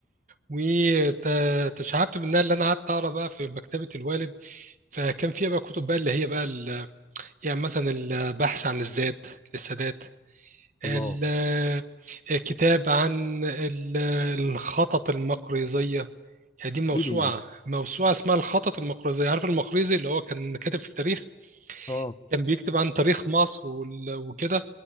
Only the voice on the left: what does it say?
الله
ايه ده ايه ده
اه